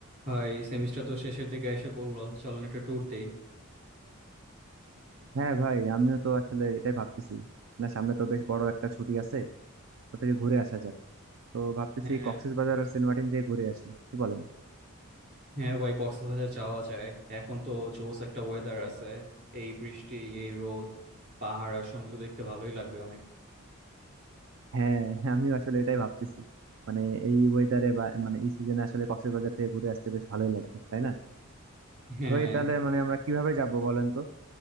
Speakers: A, on the right; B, on the right.
A: ভাই সেমিস্টার তো শেষের দিকে এসে পড়লো চলেন একটা ট্যুর দেই
B: হ্যাঁ ভাই আমিও তো আসলে এটাই ভাবতেছি না সামনে তো বেশ বড় একটা ছুটি আছে তো থেকে ঘুরে আসা যাক তো ভাবতেছি
A: হ্যাঁ
B: কক্সবাজার আর সেন্ট মার্টিন থেকে ঘুরে আসি কি বলেন
A: হ্যাঁ ভাই কক্সবাজার যাওয়া যায় এখন তো জোস একটা ওয়েদার আছে এই বৃষ্টি এই রোদ পাহাড় আর সমুদ্র দেখতে ভালোই লাগবে অনেক
B: হ্যাঁ হ্যাঁ আমিও আসলে এটাই ভাবতেছি মানে এই ওয়েদারে বা মানে এই সিজনে আসলে কক্সবাজার থেকে ঘুরে আসতে বেশ ভালোই লাগবে তাই না
A: হ্যাঁ
B: ভাই তাহলে মানে আমরা কিভাবে যাব বলেন তো